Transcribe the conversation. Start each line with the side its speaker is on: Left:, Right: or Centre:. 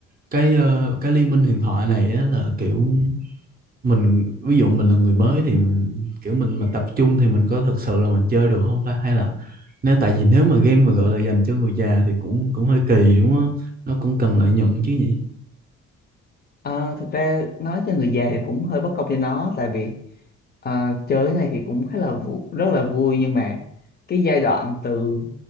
Right: cái ờ, cái liên minh huyền thoại này á là kiểu mình ví dụ mình là người mới thì kiểu mình mà tập trung thì mình có thực sự là mình chơi được không ta hay là nếu tại vì nếu mà game mà gọi là dành cho người già thì cũng cũng hơi kỳ đúng không? Nó cũng cần lợi nhuận chứ nhỉ?
Left: Ờ, thực ra nói cho người già thì cũng hơi bất công cho nó tại vì ờ, chơi cái này thì cũng khá là vu- rất là vui nhưng mà cái giai đoạn từ